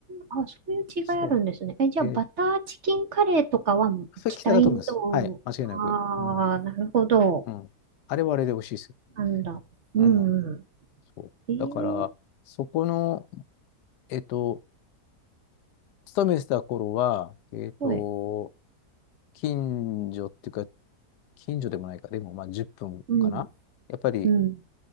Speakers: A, on the right; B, on the left.
A: あ、そういう違いあるんですね。
B: そ
A: え、じゃあ、
B: う。で、
A: バターチキンカレーとかは北インド、
B: それ北だと思います。はい、間違いなく。
A: ああ、
B: うん。
A: なるほど。
B: うん。あれはあれで美味しいですよ。
A: なんだ。うん、
B: うん。
A: うん。
B: そう。
A: え
B: だから、
A: え
B: そこの、えっと、勤めてた頃は、えっと、
A: はい。
B: 近所っていうか、近所でもないか、でもまあ10分かな。
A: うん、
B: やっぱり、
A: うん。